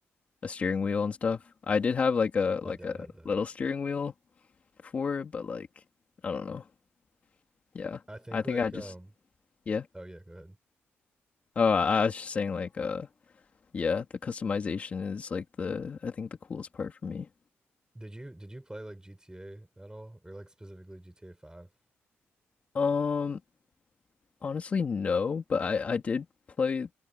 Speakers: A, on the left (about 30°); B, on the right (about 15°).
A: a steering wheel and stuff. I did have like a
B: My
A: like
B: dad
A: a
B: had that.
A: little steering wheel before, but like I don't know. Yeah.
B: I think
A: I think
B: like
A: I just
B: um
A: yeah.
B: oh yeah, go ahead.
A: Oh, I was just saying like uh Yeah, the customization is like the I think the coolest part for me.
B: Did you did you play like GTA at all or like specifically GTA 5?
A: Um, honestly, no, but I I did play